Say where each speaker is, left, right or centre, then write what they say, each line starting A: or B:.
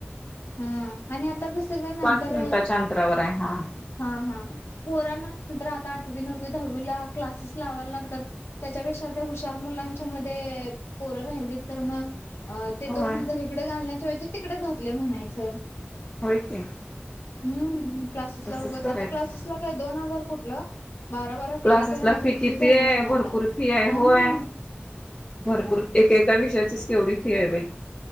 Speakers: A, on the left; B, on the left.
A: हा आणि आता कस काय नंतर.
B: पाच मिनिटाच्या अंतरावर आहे हा
A: हा हा पोराना नंतर आता आठवी नववी दहावीला क्लासेस लावायला लागतात. त्याच्यापेक्षा त्या हुशार मुलांच्या मध्ये पोरं राहिलीत तर मग. अ ते
B: होय
A: दोन हजार इकडें घालण्याच्या वयचे तिकडें घातले म्हणायचं.
B: होय की.
A: हम्म क्लासेस
B: तसंच
A: ला उगच
B: करायचं.
A: आता क्लासेसला काय दोन हजार कुठलं. बारा बारा
B: क्लासेसला
A: तेरा तेरा हजार
B: किती
A: फी झाली
B: आहे
A: असल
B: भरपूर
A: आता
B: फी आहे होय.
A: हम्म.
B: भरपूर एक एका विषयाचीच केवढी फी आहे बाई